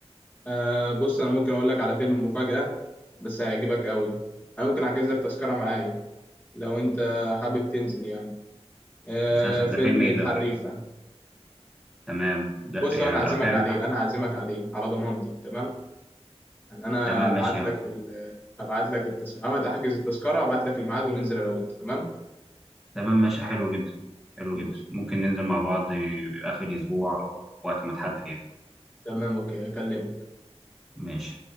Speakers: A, on the left; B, in the centre.
A: آه بص انا ممكن اقول لك على فيلم مفاجأة بس هيعجبك قوي انا ممكن احجز لك تذكرة معايا لو انت حابب تنزل يعني آه
B: مسلسل
A: فيلم
B: ده فيلم ايه
A: الحريفة
B: ده تمام ده
A: بص
B: يعني
A: هو انا هعزمك
B: فاهم
A: عليه انا هعزمك عليه على ضمانتي تمام يعني انا
B: تمام ماشي
A: هبعت
B: يا-
A: لك
B: عم.
A: ال... هبعت لك التذكرة هحجز التذكرة هبعت لك الميعاد وننزل انا وانت تمام
B: تمام ماشي حلو جدا حلو
A: ماشي
B: جدا ممكن ننزل مع بعض آخر الأسبوع أو وقت ما تحدد يعني
A: تمام اوكي هكلمك
B: ماشي